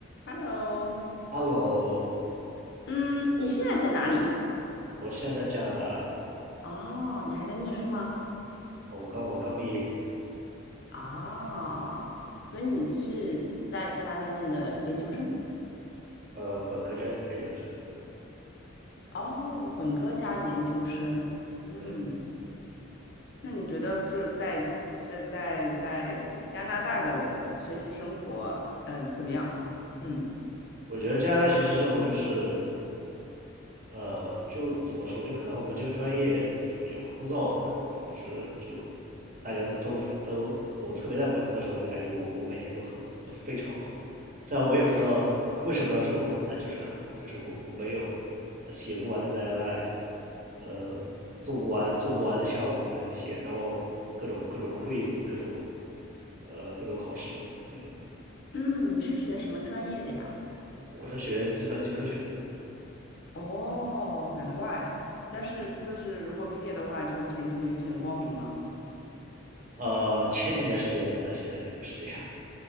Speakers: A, on the left (about 60°); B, on the right (about 40°).
A: Hello，
B: Hello，
A: 嗯，你现在在哪里？
B: 我现在在加拿大，
A: 哦，你还在念书吗？
B: 我刚我刚毕业，
A: 啊，所以你是在加拿大念的研究生？
B: 呃，本科加研究生。
A: 哦，本科加研究生。嗯，
B: 对，
A: 那你觉得就是在在在在加拿大的学习生活，嗯，怎么样？嗯
B: 我觉得加拿大学习生活就是，呃，就怎么说，就可能我们这个专业就比较枯燥吧，就是就大家都都都，我特别在本科的时候，我就感觉我我每天都很都非常忙，虽然我也不知道为什么要这么忙，但就是很忙，就是我我没有呃写不完的 deadline，呃，做不完做不完的项目写，然后各种各种 quiz，各种。呃，各种考试。对，
A: 嗯，你是学什么专业的呀？
B: 我是学计算机科学的，
A: 哦，难怪。但是就是如果毕业的话，
B: 对，
A: 就前途一片光明嘛。
B: 呃，前几年是这样的，但现在也不是这样。